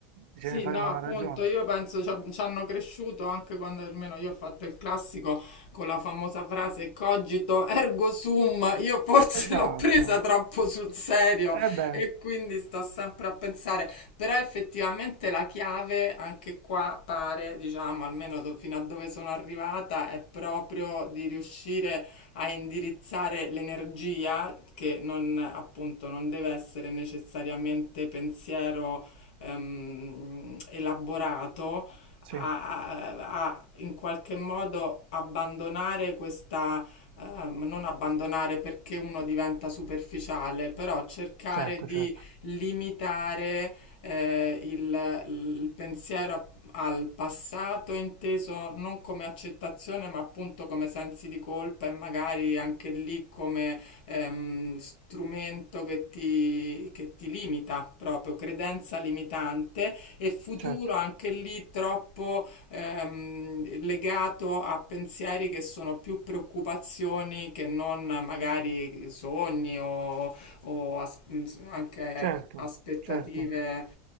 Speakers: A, on the right; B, on the left.
A: e ce
B: Sì,
A: ne faremo
B: no,
A: una
B: appunto,
A: ragione.
B: io penso ci ab- ci hanno cresciuto anche quando almeno io ho fatto il classico con la famosa frase cogito ergo sum, io forse
A: Esatto.
B: <laughs> l'ho presa troppo sul serio
A: E beh.
B: e quindi sto sempre a pensare, però effettivamente la chiave anche qua pare, diciamo, almeno do- fino a dove sono arrivata, è proprio di riuscire a indirizzare l'energia che non, appunto, non deve essere necessariamente pensiero ehm, elaborato
A: Sì,
B: a, a- a in qualche modo abbandonare questa, ehm, non abbandonare perché uno diventa superficiale, però cercare
A: certo,
B: di
A: certo,
B: limitare eh, il, il pensiero a- al passato inteso non come accettazione, ma appunto come sensi di colpa e magari anche lì come ehm, strumento che ti, che ti limita proprio, credenza limitante e futuro
A: certo,
B: anche lì troppo ehm, legato a pensieri che sono più preoccupazioni che non magari sogni o o as- anche
A: certo,
B: aspettative.
A: certo,